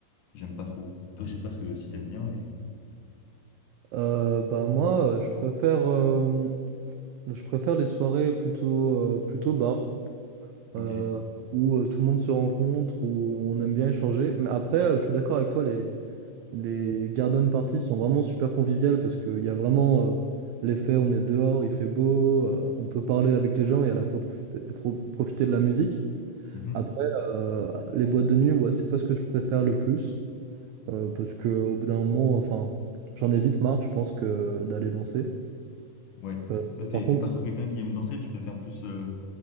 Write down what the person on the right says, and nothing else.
euh, bah moi, euh, je préfère, euh, je préfère les soirées plutôt, euh, plutôt bar, euh,
où euh, tout le monde se rencontre, où on aime bien échanger. Mais après, euh, je suis d'accord avec toi, les, Les garden parties sont vraiment super conviviales parce qu'il y a vraiment euh, l'effet on est dehors, il fait beau, euh, on peut parler avec les gens et à la fois profiter, pro- profiter de la musique.
Après, euh, les boîtes de nuit, ouais, c'est pas ce que je préfère le plus euh, parce qu'au bout d'un moment, enfin, j'en ai vite marre, je pense, que d'aller danser.
Euh,
et
par contre,